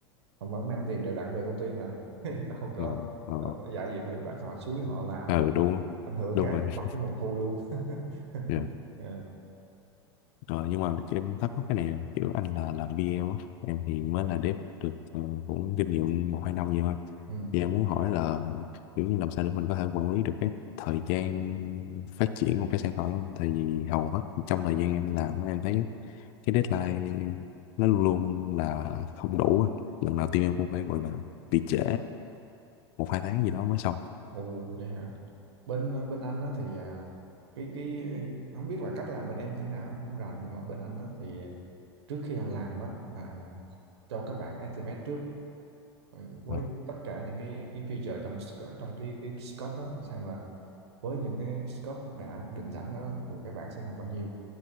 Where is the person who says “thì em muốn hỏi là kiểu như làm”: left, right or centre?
Left